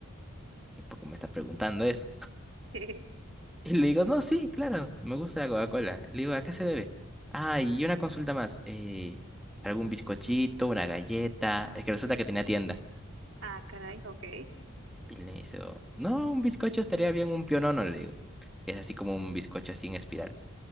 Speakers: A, in the centre; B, on the right.
A: "¿Y ¿por qué me está preguntando eso?
B: <laughs>
A: Y le digo, no, sí, claro, me gusta la Coca-Cola. Le digo, ¿a qué se debe? Ah, y una consulta más. eh, ¿algún bizcochito, una galleta? Es que resulta que tenía tienda.
B: Ah, caray, ok,
A: Y le dice, no, un bizcocho estaría bien, un pionono, le digo. que Es así como un bizcocho sin espiral.